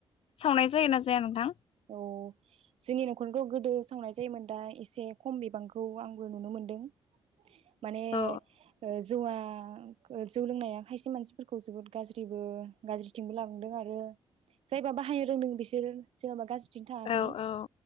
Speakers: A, on the left; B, on the right.
A: सावनाय जायोना जाया नोंथां?
B: अ जोंनि न'खराव गोदो सावनाय जायोमोन दा एसे खम बिबांखौ आंबो नुनो मोनदों। माने
A: औ
B: जौवा जौ लोंनाया खायसे मानसिफोरखौ जोबोद गाज्रिबो गाज्रिथिंबो लाांदों आरो जायबा बाहायनो रोंदों बिसोर जेनबा गा बिदिनो थाङाखै
A: औ औ